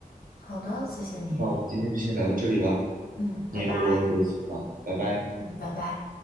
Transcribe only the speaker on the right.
那我们今天就先聊到这里吧，
你也给了我很多启发，拜拜。